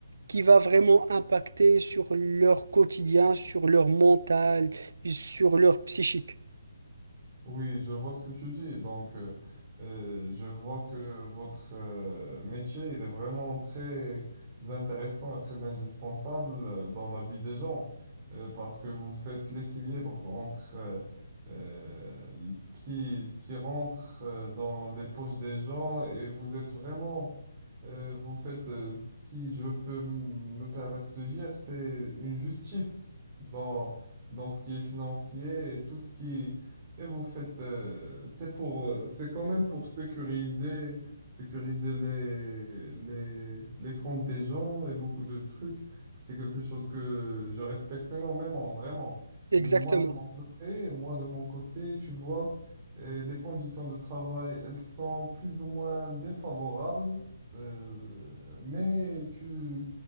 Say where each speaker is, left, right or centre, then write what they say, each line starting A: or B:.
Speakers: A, on the right; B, on the right.
A: qui va vraiment impacter sur leur quotidien, sur leur mental, sur leur psychique.
B: Oui, je vois ce que tu dis. Donc, euh, euh, je vois que votre euh, métier, il est vraiment très intéressant et très indispensable euh, dans la vie des gens, euh, parce que vous faites l'équilibre entre euh, euh, ce qui, ce qui rentre euh, dans les poches des gens et vous êtes vraiment Euh, vous faites, euh, si je peux m- me permettre de dire, c'est une justice dans, dans ce qui est financier et tout ce qui... Et vous faites, euh, c'est pour, euh, c'est quand même pour sécuriser, sécuriser les, les, les comptes des gens et beaucoup de trucs. C'est quelque chose que je respecte énormément, vraiment.
A: Exactement.
B: Moi de mon côté, moi de mon côté, tu vois, euh, les conditions de travail, elles sont plus ou moins défavorables euh, mais tu,